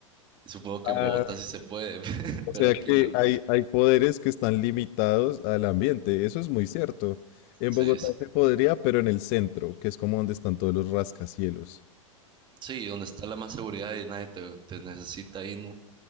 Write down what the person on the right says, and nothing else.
Supongo que
en Bogotá sí se puede, <laughs>
pero
aquí
no.
Sí,
sí,
Sí, donde está la más seguridad y nadie te, te necesita ahí, ¿no?